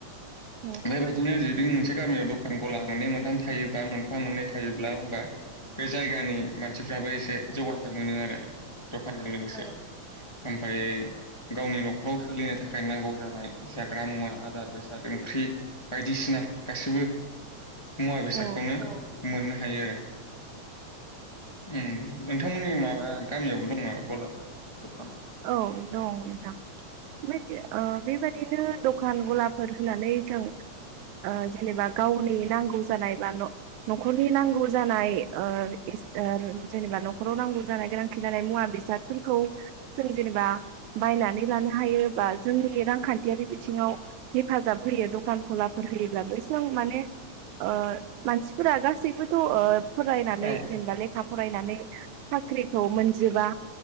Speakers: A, on the right; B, on the left.
A: औ
B: बेबायदिनो जे मोनसे गामियाव दखान गला मोननै मोनथाम थायोबा मोनफा मोननै थायोब्ला होमबा बे जायगानि मानसिफ्राबो एसे जौगाथाइ मोनो आरो। दखानजों लोगोसे ओमफ्राय गावनि न'खराव सोलिनो थाखाय नांगौ जानाय जाग्रा मुवा आदार बेसाद ओंख्रि बायदिसिना गासिबो मुवा बेसादखौनो
A: औ
B: मोननो हायो आरो। उम नोंथांमोननि माबा गामियावबो दङ गलाफोर? दखान।
A: औ दङ नोंथां बेदि ओ बेबायदिनो दखान गलाफोर होनानै जों ओ जेनेबा गावनि नांगौ जानाय बा न-नखरनि नांगौ जानाय ओ इस ओ जेनेबा नखराव नांगौ जानाय गोनांथि जानाय मुवा बेसादफोरखौ जों जेनेबा बायनानै लानो हायो बा जोंनि बे रांखानथियारि बिथिङाव हेफाजाब होयो दखान गलाफोर होयोब्लाबो जों माने ओ मानसिफोरा गासैबोथ' ओ फरायनानै
B: औ
A: जेनेबा लेखा फरायनानै साख्रिखौ मोनजोबा।